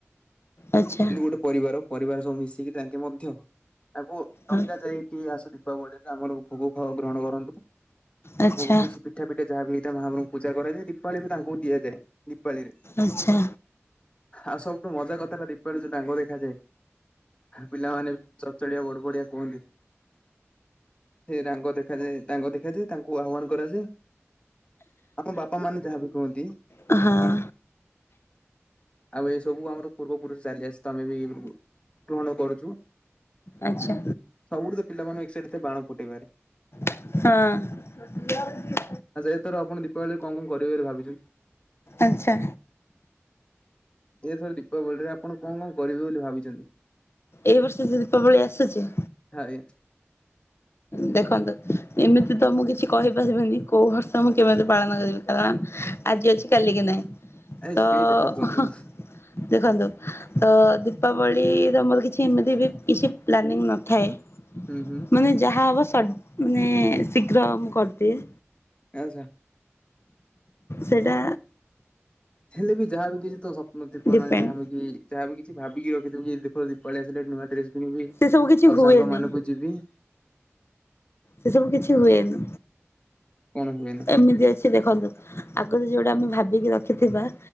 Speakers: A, on the left (about 60°); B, on the left (about 25°).
A: ଆଚ୍ଛା
B: ଗୋଟେ ପରିବାର ପରିବାର ସବୁ ମିଶିକି ତାଙ୍କେ ମଧ୍ୟ ତାଙ୍କୁ ଡକା
A: ହଁ
B: ଯାଇକି ଆସ ଦୀପାବଳିରେ ଆମର ଭୋଗ ଗ୍ରହଣ କରନ୍ତୁ
A: ଆଚ୍ଛା
B: ଭୋଗ କିଛି ପିଠା ପିଠା ଯାହାବି ହେଇଥାଏ ମହାମାୟୀ ପୂଜା କରାଯାଏ ଦୀପାଳିବି ତାଙ୍କୁ ଦିଆଯାଏ ଦୀପାଳିରେ
A: ଆଚ୍ଛା।
B: ଆଉ ସବୁଠୁ ମଜା କଥାଟା ଦୀପାଳୀ ଯୋଉଡାଙ୍ଗ ଦେଖାଯାଏ ପିଲାମାନେ ଚଡ଼ଚଡ଼ିଆ ବଡ଼ ବଡ଼ିଆ କୁହନ୍ତି। ସେଡାଙ୍ଗ ଦେଖାଯାଏ ଡାଙ୍ଗ ଦେଖାଯାଏ ତାଙ୍କୁ ଆହ୍ୱାନ କରାଯାଏ ଆମ ବାପା ମାନେ ଯାହାବି କୁହନ୍ତି
A: ହଁ।
B: ଆଉ ଏଇ ସବୁ ଆମର ପୂର୍ବପୁରୁଷ ଚାଲି ଆସିତ ଆମେବି ଗ୍ରହଣ କରୁଚୁ
A: ଆଚ୍ଛା
B: ସବୁଠୁତ ପିଲାମାନେ ଏକସାଇଟେଡ୍ ବାଣ ଫୁଟେଇବାରେ
A: ହଁ।
B: ଆଚ୍ଛା ଏଥର ଆପଣ ଦୀପାବଳିରେ କଁ କଁ କରିବେ ବୋଲି ଭାବିଚନ୍ତି?
A: ଆଚ୍ଛା।
B: ଏଥରେ ଦୀପାବଳିରେ ଆପଣ କଁ କଁ କରିବେ ବୋଲି ଭାବିଚନ୍ତି?
A: ଏଇ ବର୍ଷ ଯଉ ଦୀପାବଳି ଆସୁଚି?
B: <unintelligible>
A: ଦେଖନ୍ତୁ ଏମିତିତ ମୁଁ କିଛି କହିପାରିବିନି କୋଉ ବର୍ଷ ମୁଁ କେମିତି ପାଳନ କରିବି କାରଣ ଆଜି ଅଛି କାଲିକିି ନାହିଁ
B: ଏ
A: ତ
B: ସେଇ କଥା
A: ଅଁ
B: କୁହନ୍ତୁନି
A: ହଁ ଦେଖନ୍ତୁ ତ ଦୀପାବଳିର ମୋର କିଛି ଏମିତିବି କିଛି ପ୍ଲାନିଂ ନଥାଏ
B: ହୁଁ ହୁଁ।
A: ମାନେ ଯାହା ହେବ ସଟ୍ ମାନେ ଶୀଘ୍ର ମୁଁ କରିଦିଏ
B: ଆଚ୍ଛା।
A: ସେଟା
B: ହେଲେବି ଯାହାବି କିଛିତ ସ୍ୱପ୍ନ ଥିବନା
A: ଡିପେଣ୍ଡ।
B: ଯାହାବି ଯାହାବି କିଛି ଭାବିକି ରଖିଥବିକି ଦୀପ ଦୀପାବଳି ଆସିଲେ ନୂଆ ଡ୍ରେସ୍ କିଣିବି ଆଉ
A: ସେ ସବୁ କିଛି ହୁଏନି
B: ସାଙ୍ଗମାନଙ୍କୁ ଯିବି
A: ସେସବୁ କିଛି ହୁଏନି
B: କଣ ହୁଏନି।
A: ଏମିତି ଅଛି ଦେଖନ୍ତୁ? ଆଗରୁ ଯେଉଁଟା ଆମେ ଭାବିକି ରଖିଥିବା